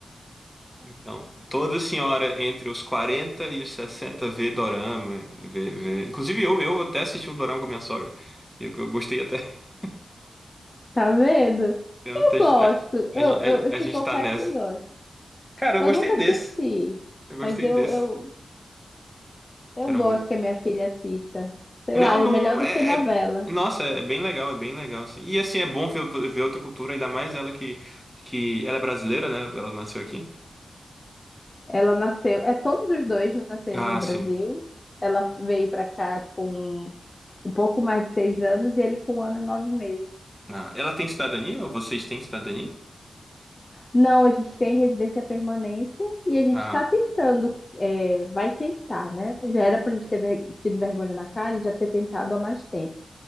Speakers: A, in the centre; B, on the left (about 30°).
A: Então, toda senhora entre os 40 e os 60 vê dorama, vê, vê... Inclusive eu, eu até assisti um dorama com a minha sogra, e eu, eu gostei até. <laughs>
B: Tá vendo? Eu
A: Então, A, gente-
B: gosto,
A: a,
B: eu, eu, eu
A: a,
B: te
A: a gente
B: confesso
A: tá nessa.
B: que gosto.
A: Cara, eu
B: Eu
A: gostei
B: nunca assisti,
A: desse. Eu gostei
B: mas eu,
A: desse.
B: eu, eu
A: Que era
B: gosto
A: o
B: que a minha filha assista. Sei
A: Não,
B: lá, é
A: não...
B: melhor do
A: É,
B: que novela.
A: é- Nossa, é bem legal, é bem legal. assim. E assim, é bom ver, ver outra cultura, ainda mais ela que, que... Ela é brasileira, né? Ela nasceu aqui.
B: Ela nasceu, é, todos os dois nasceram
A: Ah,
B: no Brasil.
A: sim.
B: Ela veio pra cá com um pouco mais de seis anos e ele com um ano e nove meses.
A: Ah, ela tem cidadania? Ou vocês têm cidadania?
B: Não, a gente tem residência permanência e a gente
A: Ah,
B: está tentando, é, vai tentar, né? Já era para a gente ter ver- tido vergonha na cara e já ter tentado há mais tempo.